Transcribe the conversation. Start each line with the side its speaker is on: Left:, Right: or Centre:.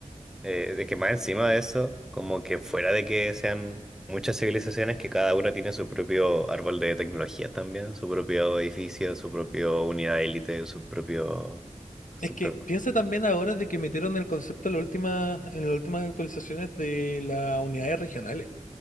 Centre: Eh, de que más encima de eso, como que fuera de que sean muchas civilizaciones que cada una tiene su propio árbol de tecnologías también, su propio edificio, su propio unidad élite, su propio... su
Left: Es que
Centre: pro-
Left: piensa también ahora de que metieron el concepto en las últimas, en las últimas actualizaciones de las unidades regionales.